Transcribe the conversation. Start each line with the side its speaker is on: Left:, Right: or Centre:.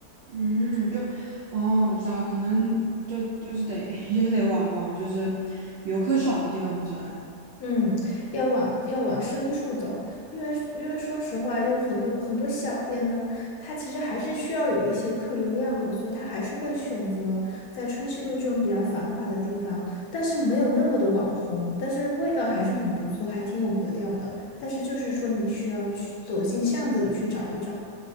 Right: 嗯，就哦，我知道，可能就就是得 <laughs> 就是得往往就是游客少的地方钻。
Left: 嗯，要往要往深处走，因为因为说实话，有很多很多小店呢，它其实还是需要有一些客流量的，所以它还是会选择在春熙路这种比较繁华的地方，但是没有那么的网红，但是味道还是很不错，还挺有格调的。但是就是说，你需要去走进巷子里去找一找。